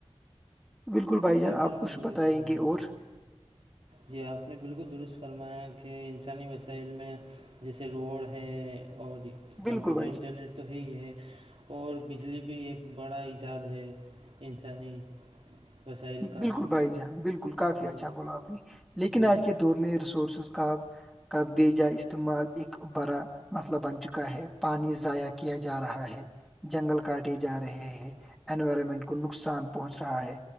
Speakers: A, in the centre; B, on the right (about 65°).
A: بالکل بھائی جان
B: چب
A: آپ
B: کو
A: کچھ
B: درستنا
A: بتائیں گے اور
B: جی آپ نے بالکل درست فرمایا کہ انسانی وسائل میں جیسے روڈ ہے اور
A: بالکل
B: کمپیوٹر
A: بھائی
B: انٹرنیٹ
A: جان
B: تو ہے ہے اور بجلی بھی ایک بڑا ایجاد ہے انسانی وسائل کا
A: بالکل بھائی جان بالکل کافی
B: جی
A: اچھا بولا آپ نے لیکن
B: جی
A: آج کے دور میں ریسورسز کا کا بیجا استعمال ا بڑا مسئلہ بن چکا ہے پانی ضائع کیا جا رہا ہے جنگل کاٹے جا رہے
B: جی
A: ہیں انوائرمنٹ کو نقصان پہنچ رہا ہے